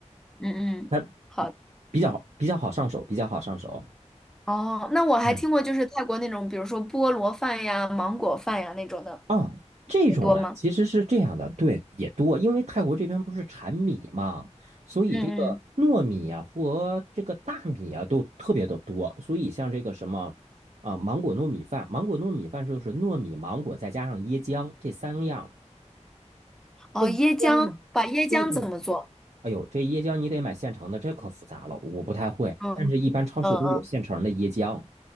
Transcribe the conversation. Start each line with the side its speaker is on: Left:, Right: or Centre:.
Centre: 嗯嗯，
Right: 它
Centre: 好。
Right: 比较比较好上手，比较好上手。
Centre: 哦，那我还听过，
Right: 嗯。
Centre: 就是泰国那种，比如说菠萝饭呀、芒果饭呀那种的，
Right: 啊，这种嗯啊，
Centre: 也多吗？
Right: 其实是这样的，对，也多，因为泰国这边不是产米嘛，所以这个糯米啊和这个大米啊都特别的多，
Centre: 嗯嗯。
Right: 所以像这个什么啊、芒果糯米饭，芒果糯米饭就是糯米、芒果再加上椰浆这三样，
Centre: 哦，
Right: 那椰浆呢？
Centre: 椰浆，把椰浆怎么做？
Right: 对对。哎呦，这椰浆你得买现成的，这可复杂了，我不太会，
Centre: 嗯嗯
Right: 但是一般超市都有现成的椰浆。